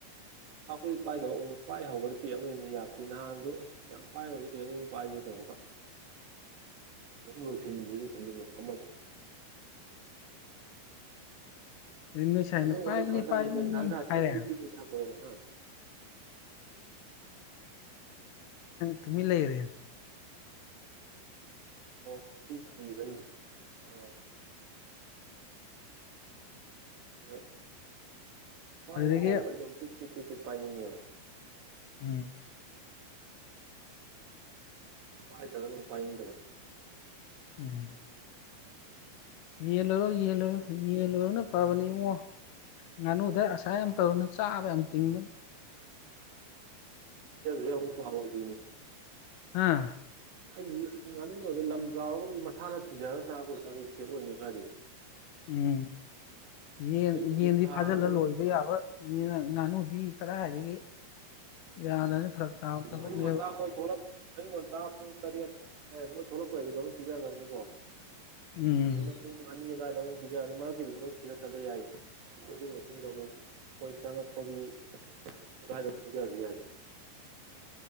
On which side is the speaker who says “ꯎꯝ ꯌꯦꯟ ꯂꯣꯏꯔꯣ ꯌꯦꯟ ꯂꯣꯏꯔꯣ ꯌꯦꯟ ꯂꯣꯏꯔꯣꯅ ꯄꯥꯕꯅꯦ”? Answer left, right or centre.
Left